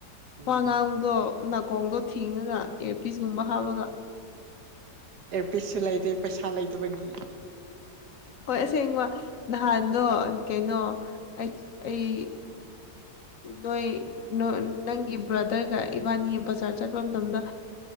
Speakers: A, on the right (about 75°); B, on the left (about 60°).
A: ꯎꯝ
B: ꯋꯥ ꯉꯥꯡꯕꯗꯣ ꯅꯥꯀꯣꯡꯗꯣ ꯊꯤꯡꯉꯒ ꯏꯔꯄꯤꯁꯒꯨꯝꯕ ꯍꯥꯞꯄꯒ
A: ꯑꯦꯔꯄꯤꯁꯁꯨ ꯂꯩꯗꯦ ꯄꯩꯁꯥ ꯂꯩꯗꯕꯒꯤ
B: ꯍꯣꯏ ꯑꯁꯦꯡꯕ ꯅꯍꯥꯟꯗꯣ ꯀꯩꯅꯣ ꯑꯩ ꯅꯣꯏ ꯅꯪꯒꯤ ꯕ꯭ꯔꯥꯗꯔꯒ ꯏꯕꯥꯅꯤ ꯕꯖꯥꯔ ꯆꯠꯄ ꯃꯇꯝꯗ